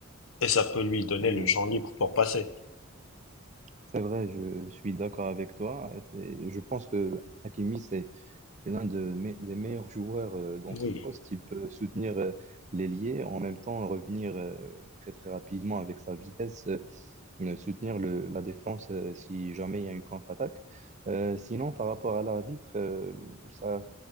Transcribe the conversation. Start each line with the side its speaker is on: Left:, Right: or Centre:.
Left: et ça peut lui donner
Right: oui. Mhm.
Left: le champ libre pour passer.
Right: C'est vrai, je suis d'accord avec toi. C'est- Je pense que Hakimi, c'est C'est l'un de mes- des meilleurs joueurs euh, dans ce
Left: Oui.
Right: poste. Il peut soutenir euh, l'ailier, en même temps revenir euh, très très rapidement avec sa vitesse, euh, euh, soutenir le- la défense euh, si jamais il y a une contre-attaque. Euh, sinon, par rapport à l'arbitre, euh, ça